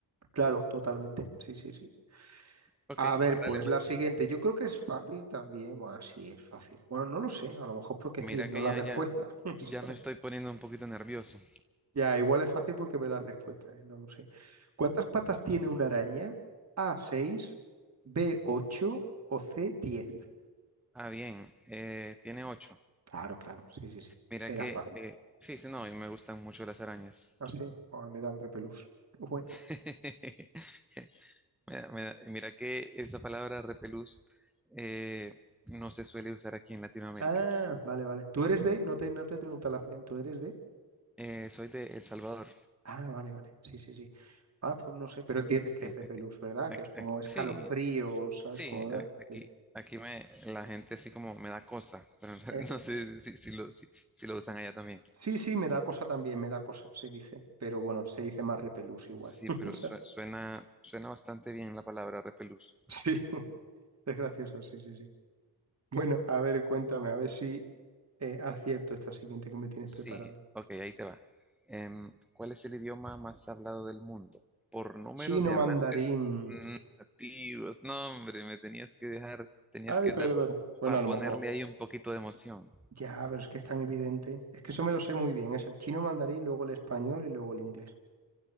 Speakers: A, on the right; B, in the centre.
A: Claro, totalmente, sí, sí, sí.
B: Ok,
A: A ver,
B: dale
A: pues
B: pues.
A: la siguiente, yo creo que es fácil también, bueno, sí, es fácil. Bueno, no lo sé, a lo mejor porque
B: Mira
A: estoy viendo
B: que
A: la
B: ya,
A: respuesta.
B: ya,
A: <laughs>
B: ya me estoy poniendo un poquito nervioso.
A: Ya, igual es fácil porque ve la respuesta, ¿eh? No lo sé. ¿Cuántas patas tiene una araña? A, 6, B, 8 o C, 10.
B: Ah, bien, eh, tiene ocho.
A: Claro, claro, sí, sí, sí.
B: Mira
A: Era
B: que,
A: fácil.
B: eh, sí, sí, no, y me gustan mucho las arañas.
A: Ah, sí. Ay, me dan repelús. Bueno.
B: <laughs> Mira, mira- mira que esa palabra repelús eh, no se suele usar aquí en Latinoamérica.
A: Ah, vale, vale. ¿Tú eres de? No te, no te pregunta el acento, ¿eres de?
B: Eh, soy de El Salvador.
A: Ah, vale, vale. Sí, sí, sí. Ah, pues no sé, pero entiendes
B: Sí,
A: que es repelús,
B: ac-
A: ¿verdad?
B: ac-
A: Que es como
B: ac-
A: escalofrío,
B: sí,
A: ¿sabes?
B: sí,
A: Como...
B: a-
A: ah,
B: aquí,
A: Sí.
B: aquí me, la gente así como me da cosa, pero <laughs>
A: Eh,
B: no sé si, si lo, si, si lo usan allá también.
A: sí, sí, me da cosa también, me da cosa, se dice. Pero bueno, se dice más repelús igual.
B: Sí,
A: <laughs>
B: pero
A: O sea,
B: sue- suena, suena bastante bien la palabra repelús.
A: Sí. Es graciosa, sí, sí, sí. Bueno, a ver, cuéntame, a ver si eh, acierto esta siguiente que me tienes
B: Sí,
A: preparada.
B: ok, ahí te va. Em, ¿cuál es el idioma más hablado del mundo? Por número
A: Chino
B: de
A: mandarín.
B: hablantes nativos. No, hombre, me tenías que dejar, tenías
A: Ay,
B: que
A: perdona.
B: dar
A: Bueno,
B: para
A: a
B: ponerle
A: lo mejor.
B: ahí un poquito de emoción.
A: Ya, pero es que es tan evidente. Es que eso me lo sé muy bien. Es el chino mandarín, luego el español y luego el inglés.